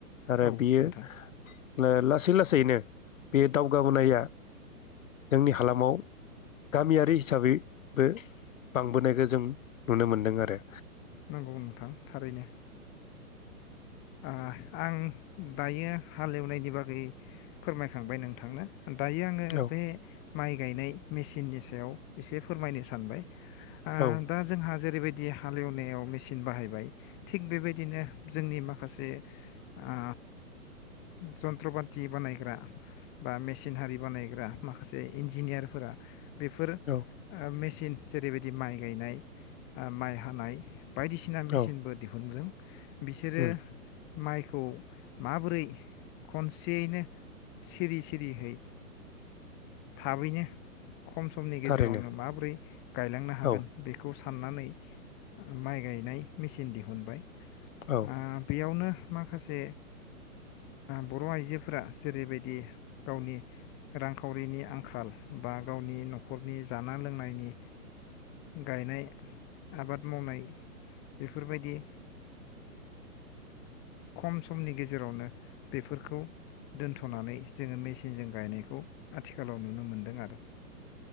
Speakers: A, on the left (about 55°); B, on the left (about 25°).
A: आरो
B: औ
A: बियो
B: नोंथां
A: नो लासै लासैनो बे दावगाबोनाया जोंनि हालामाव गामियारि हिसाबैबो बांबोनायखौ जों नुनो मोनदों आरो
B: नंगौ नोंथां थारैनो आ आं दायो हालेवनायनि बागै फोरमायखांबाय नोंथांनो दायो आङो
A: औ
B: बे माइ गायनाय मेचिननि सायाव एसे फोरमायनो सानबाय आ
A: औ
B: दा जोंहा जेरैबायदि हालेवनायाव मेचिन बाहायबाय थिग बेबायदिनो जोंनि माखा खासे ओ जन्त्रपाथि बानायग्रा बा मेसिनारि बानायग्रा माखासे इन्जिनियारफोरा बेफोर ओ
A: औ
B: मेस थिन जेरैबायदि माइ गायनाय माइ हानाय बायदिसिना मेसिनबो
A: औ
B: दिहुनदों बिसोरो
A: उम
B: माइखौ माबोरै खनसेयैनो सिरि सिरिहै थाबैनो खम समनि
A: थारैनो
B: गेजेरावनो माबोरै गायलांनो हागोन
A: औ
B: बेखौ सा साननानै माइ गायनाय मेसिन दिहुनबाय
A: औ
B: आ बेयावनो माखासे बर' आइजोफोरा जेरैबायदि गावनि रांखावरिनि आंखाल बा गावनि न'खरनि जाना लोंनायनि गायनाय आबाद मावनाय बेफोरबायदि खम समनि गेजेरावनो बेफोरखौ दोनथ'नानै जोङो मेचिनजों गायनायखौ आथिखालाव नुनो मोनदों आरो